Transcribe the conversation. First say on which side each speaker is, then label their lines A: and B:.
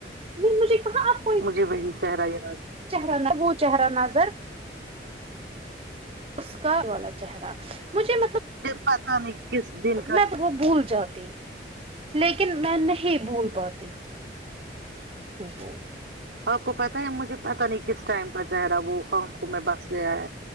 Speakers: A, on the right (about 30°); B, on the right (about 80°).
A: نہیں مجھے کہاں آپ کو
B: مجھے وہی چہرہ یادہے
A: چہرہ نہ وہ چہرہ نظر اسکار والا چہرہ مجھے مطلب
B: پتہ نہیں کس دن کا
A: میں وہ بھول جاتی لیکن میں نہیں بھول پاتی ہوں ہو ہو
B: آپ کو پتا ہے مجھے پتا نہیں کس ٹائم کا چہرہ وہ آنکھوں میں بس گیا ہے